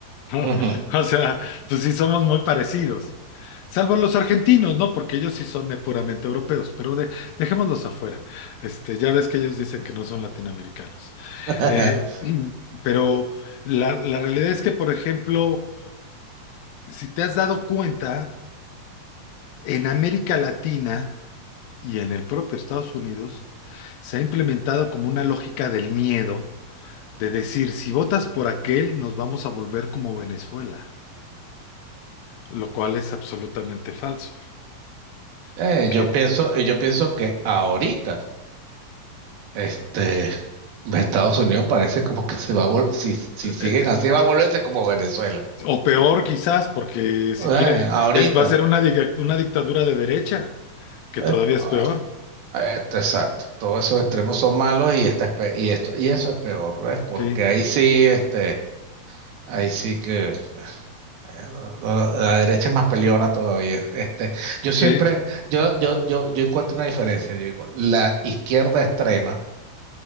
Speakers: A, on the left; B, on the right.
A: ¿no?
B: ujú.
A: <laughs> O sea, pues sí somos muy parecidos. Salvo los argentinos, ¿no? Porque ellos sí son eh, puramente europeos, pero de- dejémoslos afuera. Este, ya ves que ellos dicen que no son latinoamericanos.
B: <laughs>
A: Eh, <clears throat> pero la, la realidad es que, por ejemplo, si te has dado cuenta, en América Latina y en el propio Estados Unidos, se ha implementado como una lógica del miedo de decir, si votas por aquel, nos vamos a volver como Venezuela, lo cual es absolutamente falso,
B: Eh,
A: porque,
B: yo pienso, eh, yo pienso que ahorita, este, Estados Unidos parece como que se va a vol- si, si siguen
A: eh,
B: así, va a volverse como Venezuela.
A: o peor quizás, porque si
B: Eh,
A: quiere,
B: ahorita,
A: es, va a ser una, diga- una dictadura de derecha, que
B: epa,
A: todavía es peor.
B: este, exacto. Todos esos extremos son malos y, esta es pe- y esto, y eso es peor, ¿ves? Porque
A: Sí,
B: ahí sí, este, ahí sí que. Eh, no, no, no, La derecha es más peleona todavía. Este, yo
A: sí,
B: siempre, yo, yo, yo, yo encuentro una diferencia. Yo digo, la izquierda extrema,